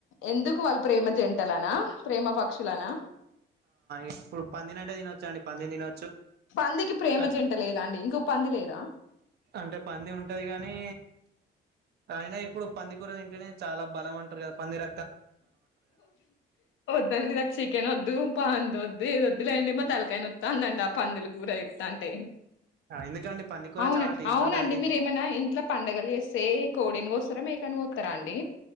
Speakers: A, on the left (about 75°); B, on the right (about 55°).
A: ఎందుకు వాళ్ళు ప్రేమ జంటలనా ప్రేమ పక్షులనా
B: ఇప్పుడు పందినంటే ద ప దిన
A: పందికి ప్రేమ
B: అట్
A: జంట లేదా అండి ఇంకో పంది లేదా
B: అంటే పంది ఉంటది కానీ అయిన ఇప్పుడు పందికర ఏంటనే చాలా బలం అంట పంద ర
A: ద్ండి నాకు చికెన్ వద్దు పా వద్ వద్దులేండి మా తలకాయన నోతందండి ఆ పందులు కూర ఎంతంటే
B: ఎందుకండి పందికూర
A: అవునండి
B: చాలా టేస్ట్
A: అవునండి
B: ఉంటదండి
A: మీర ఏమైనా ఇంట్లో పండడుగలు వస్తే కోడిని వస్తారా మేకని స్తరాండి